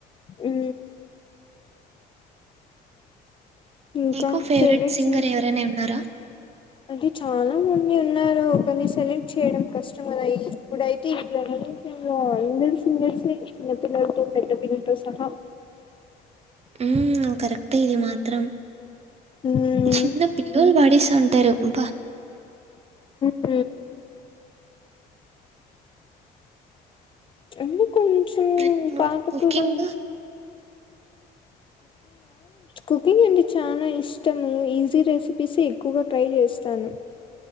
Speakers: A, on the left; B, on the right.
A: ఉ ఇంకా
B: మీకు ఫెవరెట్
A: ఫేవరెట్
B: సింగర్ ఎవరైనా ఉన్నారా
A: అంటే చాలా మంది ఉన్నారు. ఒకరిని సెలెక్ట్ చేయడం కష్టం కద ఇప్పుడైతే ఈ జనరేషన్ లో అందరు సింగర్స్ చిన్నపిల్లలతో, పెద్ద పిల్లలతో సహా
B: ఊ కరెక్ట్ ఇది మాత్రం
A: మ్మ్
B: చిన్న పిల్లలు పడేస్త ఉంటారుంప
A: హ అ కొంచం
B: మరి నువ్వు
A: పాత
B: కుకింగ్
A: పోరాం కుకింగ్ అంటే చాలా ఇష్టము. ఈజీ రెసిపీస్ ఎక్కువగా ట్రై చేస్తాను.